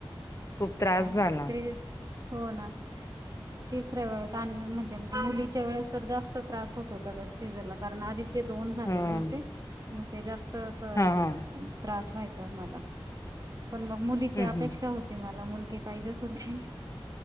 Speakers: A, on the left; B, on the right.
A: खूप त्रास
B: हा
A: झाला
B: ते हो ना. तिसऱ्या वेळेस आनवी म्हणजे मुलीच्या वेळेस तर जास्त त्रास होत होता त्या सीझरला कारण आधीच - दोन झालेले
A: हं.
B: होते मग ते जास्त अस-
A: हां हां.
B: त्रास व्हायचा मला पण म मुलीची
A: हं
B: अपेक्षा
A: हं.
B: होती मला. मुलगी - लगी पाहिजेच होती